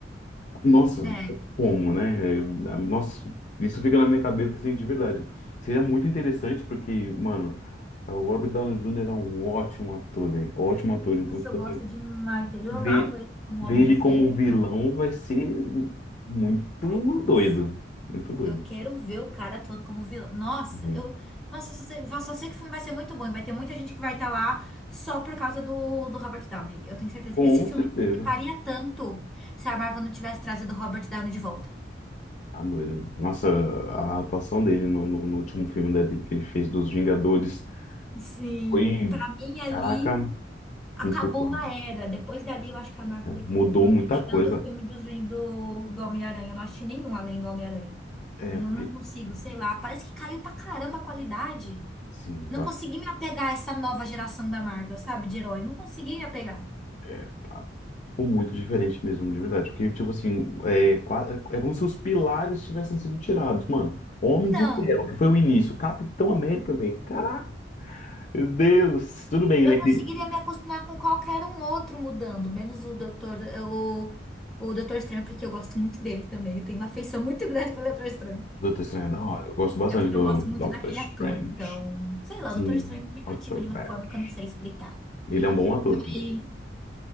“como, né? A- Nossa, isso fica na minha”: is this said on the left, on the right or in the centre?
Left